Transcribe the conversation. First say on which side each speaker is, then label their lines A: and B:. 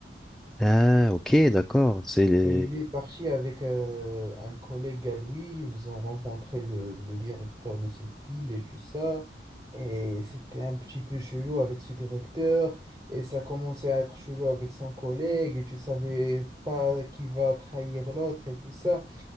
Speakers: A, in the centre; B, on the right (about 20°).
A: Ah, ok, d'accord. C'est les-
B: Et il est parti avec euh, un collègue à lui, ils ont rencontré le, le directeur de cette île et tout ça, et c'était un petit peu chelou avec ce directeur, et ça commençait à être chelou avec son collègue, et tu savais pas qui va trahir l'autre et tout ça.